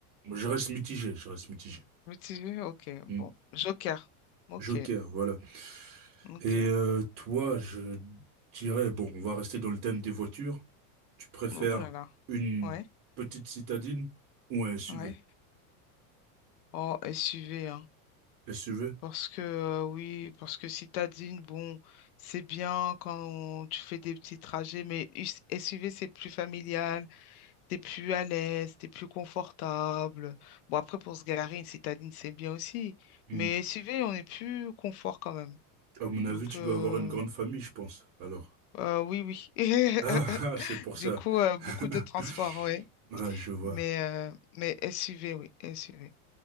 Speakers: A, on the right (about 30°); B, on the left (about 80°).
A: Je reste mitigé, je reste mitigé.
B: Mitigé, ok,
A: Hmm.
B: bon. Joker, ok,
A: Joker, voilà.
B: ok.
A: Et euh, toi, je dirais, bon, on va rester dans le thème des voitures. Tu préfères
B: Oh là là,
A: une
B: ouais,
A: petite citadine ou un SUV?
B: ouais. Oh, SUV,
A: Qu'est-ce que tu veux?
B: Parce que euh, oui, parce que citadine, bon, c'est bien quand tu fais des petits trajets, mais US- SUV, c'est plus familial, t'es plus à l'aise, t'es plus confortable. Bon, après, pour se garer, une citadine, c'est bien aussi.
A: Hmm.
B: Mais SUV, on est plus confort quand même.
A: À mon avis,
B: Donc,
A: tu
B: euh,
A: dois avoir une grande famille, je pense. Alors. <laughs>
B: euh, oui, oui. <laughs>
A: Ah, ah, c'est pour
B: Du
A: ça.
B: coup, euh, beaucoup
A: <laughs>
B: de transport, oui.
A: Ah, je vois.
B: Mais, euh, mais SUV, oui, SUV.